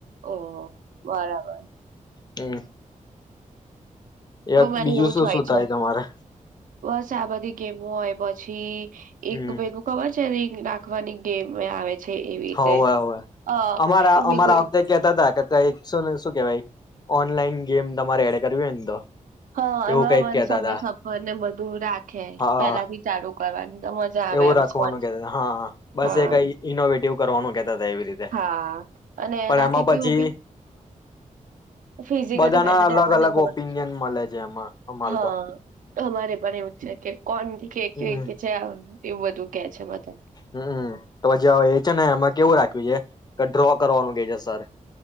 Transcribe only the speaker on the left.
હમ. એ
બીજું
શું
શું
થાય તમારે
હમ
હોવે હોવે
અમારા
અમારા
વખતે કેતા હતા કે કઈ શ શું કેવાય? ઓનલાઈન ગેમ તમારે એડ કરવી ને તો
એવું
કઈક
કેતા
હતા
હા
એવું
રાખવાનું
કે હા બસ
એ કઈ ઇનોવેટિવ કરવાનું. કેતા હતા એવી રીતે
પણ
એમાં પછી
બધાના
અલગ
અલગ
ઓપિનિયન મળે છે એમાં અમારે
તો
હમ
હમમ તો જે એ છે ને એમાં કેવું રાખ્યું છે કે ડ્રો કરવાનું કે છે સર.